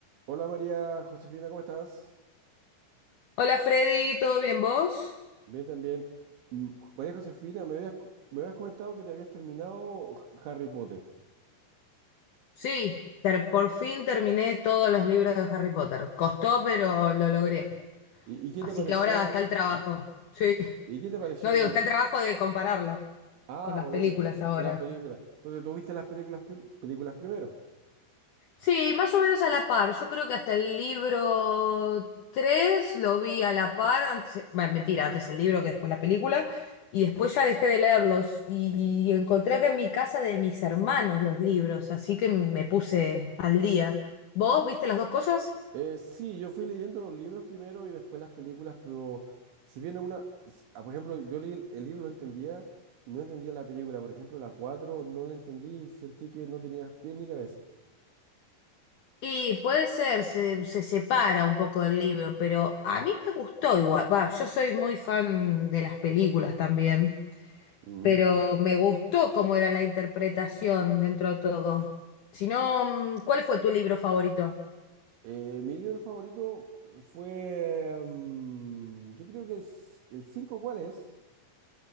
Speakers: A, on the right; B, on the left.
A: Hola María Josefina, ¿cómo estás?
B: Hola Freddy, ¿todo bien vos?
A: Bien también. Mm, María Josefina, me habías, co- me habías comentado que te habías terminado Harry Potter.
B: Sí, ter- por fin terminé todos los libros de Harry Potter. Costó, pero lo logré.
A: ¿Y, y qué
B: Así
A: te pareció?
B: que ahora está el trabajo.
A: ¿Mm?
B: Sí.
A: ¿Y qué te pareció
B: No digo,
A: el globo?
B: está el trabajo de compararlo
A: Ah,
B: con las
A: oye,
B: películas
A: co-
B: ahora.
A: con las películas. Entonces, ¿tú viste las películas, prim- películas primero?
B: Sí, más o menos a la par. Yo creo que hasta el libro 3 lo vi a la par. Antes, bueno, mentira, antes el libro que después la película. Y después ya dejé de leerlos. Y, y encontré acá en mi casa de mis hermanos los libros. Así que me puse al día. ¿Vos viste las dos cosas?
A: Eh, sí, yo fui leyendo los libros primero y después las películas, pero si bien una, s- ah, por ejemplo, yo leí el, el libro, lo entendía, no entendía la película. Por ejemplo, la 4 no la entendí, sentí que no tenía pies ni cabeza.
B: Y puede ser, se, se separa un poco del libro, pero a mí me gustó igual. Va, yo soy muy fan de las películas también,
A: Mm.
B: pero me gustó cómo era la interpretación dentro de todo. Si no, mm, ¿cuál fue tu libro favorito?
A: Eh, mi libro favorito fue, mm, yo creo que el, c- el cinco ¿cuál es?